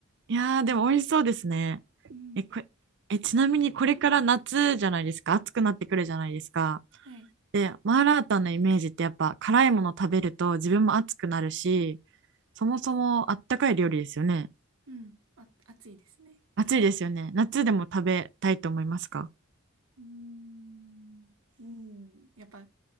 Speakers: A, on the right; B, on the right.
A: いやー、でも美味しそうですね。
B: うん。
A: え、これ、え、ちなみにこれから夏じゃないですか。暑くなってくるじゃないですか。
B: はい。
A: で、マーラータンのイメージってやっぱ辛いもの食べると自分も暑くなるし、そもそもあったかい料理ですよね。
B: うん。あ、暑いですね。
A: 暑いですよね。夏でも食べたいと思いますか
B: うーん。うん。やっぱ